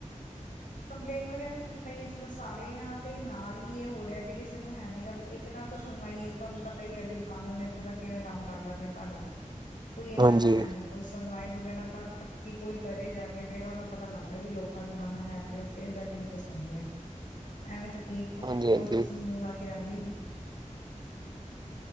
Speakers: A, on the left (about 80°); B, on the right (about 35°).
A: ਕੰਪਲੇਂਟ ਵਗੈਰਾ ਰੱਖੀ ਪਾਈਏ ਚਲੋ ਸਾਰਿਆਂ ਦੇ ਨਾਲ ਹੀ ਇਹ ਹੋ ਰਿਹਾ ਵੀ ਕਿਸੇ ਨੂੰ ਹੈ ਨੀ ਗਾ ਵੀ ਇੱਕ ਨਾਲ ਤਾਂ ਸੁਣਵਾਈਏ ਤੁਹਾਨੂੰ ਪਤਾ ਹੀ ਹੈ ਵੀ ਕਾਨੂੰਨ ਇੱਥੇ ਦਾ ਕਿਵੇਂ ਕੰਮ ਕਰਦਾ ਆਪਣੇ ਭਾਰਤ ਦਾ ਕੋਈ ਇਹਨਾਂ
B: ਹਾਂਜੀ।
A: ਤਾਂ ਹੈ ਨੀ ਕੋਈ ਸੁਣਵਾਈ ਵਗੈਰਾ ਤਾਂ ਇਕੱਠੀ ਕੋਈ ਕਰੇ ਜਾ ਕੇ ਫੇਰ ਉਹਨਾਂ ਨੂੰ ਪਤਾ ਲੱਗਦਾ ਵੀ ਲੋਕ ਲੋਕਾਂ ਚ ਦਮ ਹੈ ਤੇ ਉਹ ਫੇਰ ਜਾ ਕੇ ਕਿਤੇ ਸੌਉਂਦੇ ਆ ਐਵੇਂ ਤਾਂ ਕੀ ਕੁਛ
B: ਹਾਂਜੀ
A: ਕੋਈ
B: ਹਾਂਜੀ
A: ਕਿਸੇ ਨੂੰ ਮੂੰਹ ਲਾ ਕੇ ਰਾਜੀ ਨੀ